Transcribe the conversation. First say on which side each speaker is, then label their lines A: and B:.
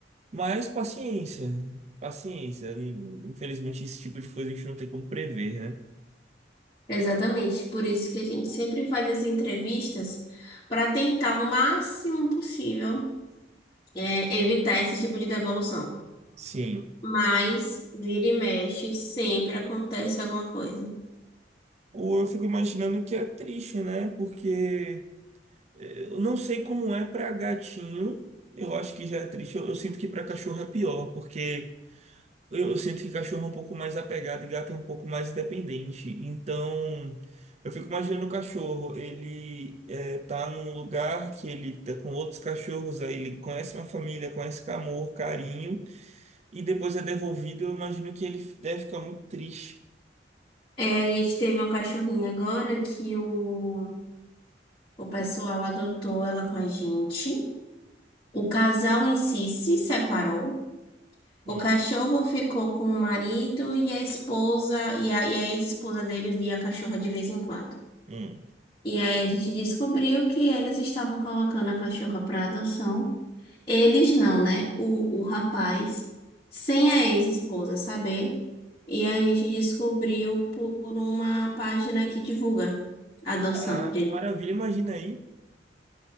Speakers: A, on the right (about 40°); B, on the left (about 25°).
A: Mas paciência, paciência. E, Infelizmente, esse tipo de coisa a gente não tem como prever, né?
B: Exatamente. Por isso que a gente sempre faz as entrevistas para tentar o máximo possível é, evitar esse tipo de devolução.
A: Sim.
B: Mas, vira e mexe, sempre acontece alguma coisa.
A: Ou eu fico imaginando que é triste, né? Porque eh, eu não sei como é pra gatinho. Eu acho que já é triste. Eu, eu sinto que pra cachorro é pior, porque Eu, eu sinto que cachorro é um pouco mais apegado e gato é um pouco mais dependente. Então, eu fico imaginando o cachorro, ele é, tá num lugar que ele tá com outros cachorros, aí ele conhece uma família, conhece com amor, carinho, e depois é devolvido, eu imagino que ele deve ficar muito triste.
B: É, a gente teve uma cachorrinha agora que o, o pessoal adotou ela com a gente. O casal em si se separou.
A: Hum,
B: O cachorro ficou com o marido e a esposa, e a, e a ex-esposa dele via a cachorra de vez em quando.
A: hum.
B: E aí a gente descobriu que eles estavam colocando a cachorra para adoção. Eles não, né? O, o rapaz, sem a ex-esposa saber. E a gente descobriu por uma página que divulga a adoção.
A: Ah,
B: De,
A: que maravilha, imagina aí,